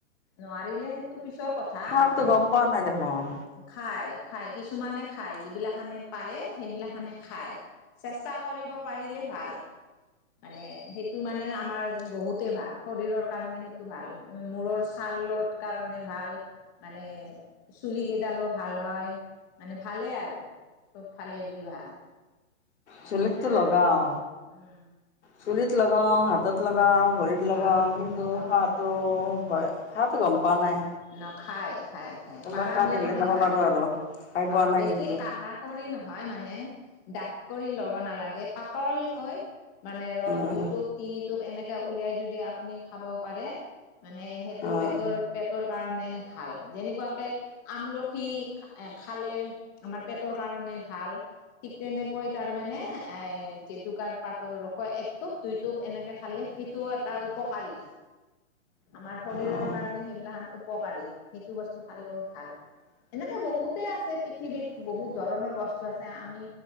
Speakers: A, on the left (about 15°); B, on the left (about 55°).
A: নোৱাৰিলেহেইটো পিছৰ কথা
B: খাৰটো
A: কিন্ত
B: গম পোৱা নাই দেখোন
A: খাই খাই কিছু কিছুমানে খায় যিবিলাখানে পাৰে সেইবিলাকখানে খায় চেষ্টা কৰিব পাৰিলে ভাল মানে সেইটো মানে আমাৰ বহুতে ভাল শৰীৰৰ কাৰণে সেইটো ভাল মূৰৰ ছালৰ কাৰণে ভাল মানে চুল কেইডালো ভাল হয় মানে ভালেই আৰু চবফালে দি ভাল
B: চলটো
A: এতিয়া
B: লগ গাও
A: উম
B: চুৰিত লগাওঁ হাতত লগাওঁ ভৰিত লগাম
A: অ
B: কিন্তু
A: অ
B: হাঁহটো হয় খটো গ'ম পোৱা নাই
A: ন খাই খাই খাই
B: কোনোবা
A: পাৰ
B: খা
A: বিলাখানে
B: দেখিলে খাব
A: খায়
B: পাৰো আৰু খাই পোৱা
A: অ
B: নাই
A: বেছি
B: কিন্তু
A: কাঢ়া কৰি নহয় মানে ডাঁত কৰি ল নালাগে পাতল কয় মানে ৰস
B: অ',
A: দুইটোপ তিনি এনেকে উলাই য আপুনি খাব পাৰে মানে সেইটো
B: অ',
A: পেটৰ পেট ভাল যেনেকুৱাকে আমলখি খালে আমাৰ পেটৰ কাৰণে ভাল ঠিক তেনেকৈ তাৰ মানে এ জেতুকাৰ পাতৰ ৰসৈ এক টোপ দুই টোপ এনেকে খালে এটা উপকাৰী আমাৰ শৰৰ
B: অ',
A: কাৰণে সেইবিলাক উপকাৰী সেইটো বস্তু খালেও ভাল এনেকে বহুতেই আছে পৃথিৱীত বহুত ধৰণৰ বস্তু টো আছে আমি